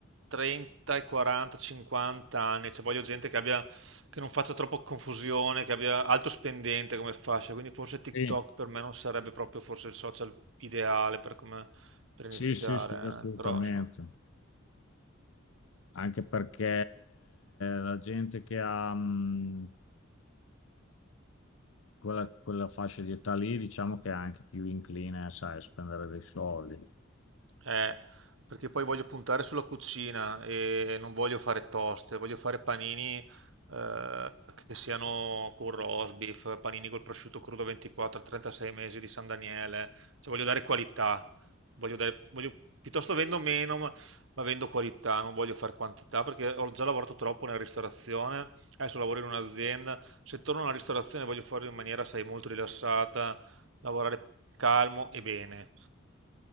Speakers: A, on the right; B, on the left.
A: 30 ai 40, 50 anni, cioè voglio gente che abbia, che non faccia troppo confusione, che abbia alto spendente come fascia, quindi forse TikTok
B: Sì,
A: per me non sarebbe proprio forse il social ideale per, come- per
B: sì,
A: iniziare,
B: sì, sì, assolutamente.
A: eh. però insomma,
B: Anche perché la gente che ha, mm, quella, quella fascia di età lì, diciamo che è anche più incline, sai, a spendere dei soldi.
A: eh, perché poi voglio puntare sulla cucina e non voglio fare toste, voglio fare panini eh, che siano curro, osbif, panini col prosciutto crudo 24, 36 mesi di San Daniele, cioè voglio dare qualità, voglio dare, voglio- piuttosto vendo meno, ma, ma vendo qualità, non voglio fare quantità perché ho già lavorato troppo nella ristorazione, adesso lavoro in un'azienda, se torno alla ristorazione voglio farlo in maniera, sai, molto rilassata, lavorare calmo e bene.